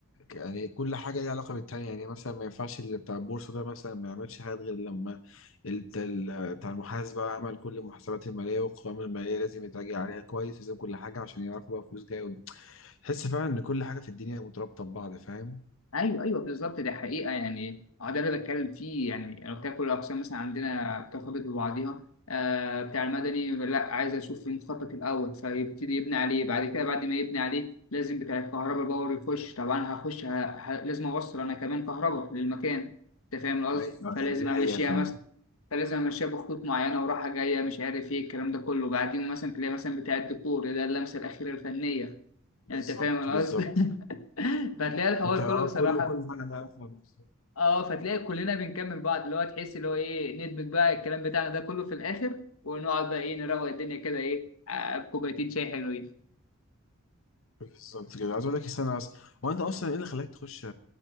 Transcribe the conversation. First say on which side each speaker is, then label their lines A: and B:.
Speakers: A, on the left; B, on the left.
A: يعني كل حاجة ليها علاقة بالتانية يعني مثلا ما ينفعش اللي بتاع البورصة ده مثلا ما يعملش حاجات غير لما ال- بتاع ال- بتاع المحاسبة عمل كل المحاسبات المالية والقوائم المالية لازم يتراجع عليها كويس لازم كل حاجة عشان يعرفوا بقى فلوس جاية قدام. تحس فعلا إن كل حاجة في الدنيا مرتبطة ببعض فاهم؟
B: ايوه ايوه بالظبط ده حقيقه يعني اه ده اللي بتكلم فيه يعني انا قلت لك كل الاقسام مثلا عندنا بترتبط ببعضها آه بتاع المدني لا عايز اشوف المخطط الاول فيبتدي يبني عليه بعد كده بعد ما يبني عليه لازم بتاع الكهرباء الباور يخش طبعا هخش ه... ه... لازم اوصل انا كمان كهرباء للمكان انت فاهم القصد
A: ايوه
B: فلازم
A: دي
B: امشيها
A: حقيقة فعلا
B: مثلا فلازم امشيها بخطوط معينه وراحه جايه مش عارف ايه الكلام ده كله بعدين مثلا تلاقي مثلا بتاع الدكتور ده اللمسه الاخيره الفنيه
A: بالظبط
B: يعني انت فاهم انا
A: بالظبط
B: قصدي <laughs> فتلاقي الحوار
A: انت اه
B: كله بصراحه
A: كله كل حاجة ليها علاقة بالظبط
B: اه فتلاقي كلنا بنكمل بعض اللي هو تحس اللي هو ايه ندمج بقى الكلام بتاعنا ده كله في الاخر ونقعد بقى ايه نروق الدنيا كده ايه آه، بكوبايتين شاي حلوين
A: بالظبط كده عايز اقول لك استنى اصلا هو انت اصلا ايه اللي خلاك تخش